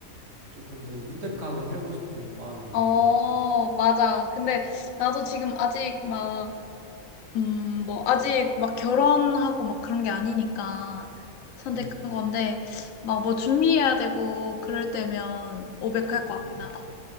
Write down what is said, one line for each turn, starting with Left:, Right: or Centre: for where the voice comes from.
Right: 조금 더 윤택하게 살고 싶은 마음이 있는
Left: 어,
Right: 것 같아
Left: 맞아. 근데 나도 지금 아직 막, 음, 뭐, 아직 막 결혼하고 막 그런 게 아니니까 선택한
Right: 음,
Left: 건데, 막 뭐 준비해야 되고 그럴 때면 오백할 것 같긴
Right: 음,
Left: 하다.